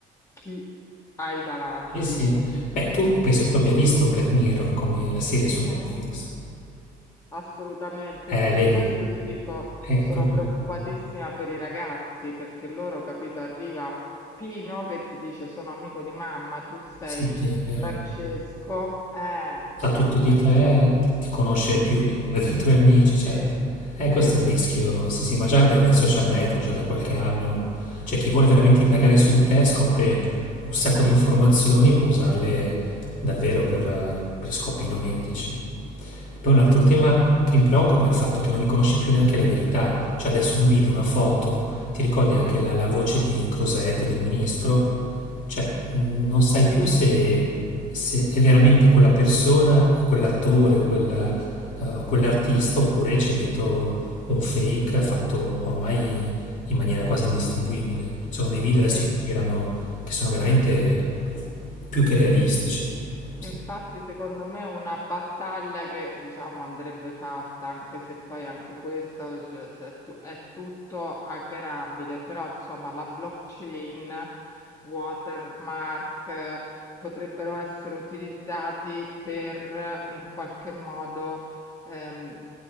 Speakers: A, on the left (about 20°); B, on the left (about 50°).
A: chi hai davanti.
B: Sì, sì. Beh, tu penso
A: E
B: che tu abbia visto Black Mirror come la serie su
A: Mhm.
B: Netflix.
A: Assolutamente,
B: Eh,
A: per
B: vedi,
A: questo ti dico,
B: è
A: sono
B: proprio...
A: preoccupatissima per i ragazzi, perché loro, capito, arriva Pino che ti dice sono amico di mamma, tu sei
B: Sì, sì, è vero.
A: Francesco.
B: è vero.
A: Eh,
B: Sa
A: eh,
B: tutto
A: questo
B: di te, ti conosce
A: sì,
B: più del- dei tuoi amici,
A: sì,
B: certo.
A: sì.
B: Eh, questo è il rischio. Sì, sì, ma già dai, dai social network, già da qualche anno, cioè chi vuole veramente indagare su di te scopre un sacco di informazioni e può usarle davvero per, eh, per scopi non etici. E poi un altro tema che mi preoccupa è il fatto che non riconosci più neanche la verità. Cioè adesso un video, una foto, ti ricordi anche la, la voce di Crosetto, del ministro? Cioè mh, non sai più se, se è veramente quella persona o quell'attore o quella, eh, o quell'artista oppure c'è dietro un fake fatto ormai in maniera quasi indistinguibile. Ci sono dei video adesso
A: E, in-
B: che girano che sono veramente più che realistici. Sì.
A: Infatti, secondo me è una battaglia che, diciamo, andrebbe fatta, anche se poi anche questo, cioè, cioè, tu- è tutto hackerabile, però insomma la blockchain, watermark, eh, potrebbero essere utilizzati per eh, in qualche modo ehm,